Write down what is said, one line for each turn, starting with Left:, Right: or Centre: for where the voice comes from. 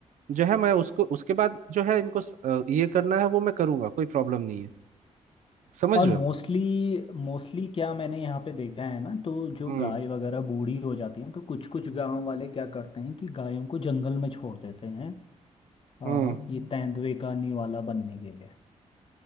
Right: जो है मैं उसको उसके बाद जो है इनको स- अ, ये करना है वो मैं करूंगा कोई प्रॉब्लम नहीं है समझ
Left: और
Right: रहे
Left: मोस्टली
Right: हो
Left: मोस्टली क्या मैंने यहाँ पे देखा है ना तो जो
Right: हम्म
Left: गाय वगैरह बूढ़ी हो जाती हैं तो कुछ कुछ गांव वाले क्या करते हैं कि गायों को जंगल में छोड़ देते हैं और
Right: हम्म
Left: ये तेंदुए का निवाला बनने के लिए